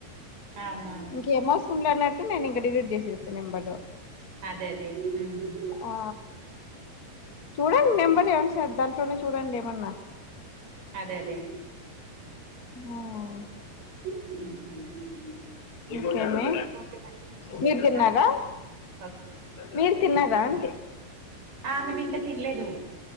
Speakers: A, on the right; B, on the left.
A: అవునా
B: ఇంకెమవసరం లే అన్నటు నేను ఇంక డెలీట్ చేసేస్థి నెంబడు
A: అదే అదే
B: ఆ చూడండి నెంబడు ఏమన్నా సార్ దాంట్లోనే చూడండి ఏమన్నా
A: అదే అదే
B: మ్మహ్
A: మ్మహ్
B: ఇంకేమి
A: ఓకే మళ్ళీ నెక్స్ట్ టైం
B: మీరు
A: చేస్తా
B: తిన్నారా
A: ఓకే
B: మీరు తిన్నారా అంటి
A: ఆ మేమింకా తినలేదు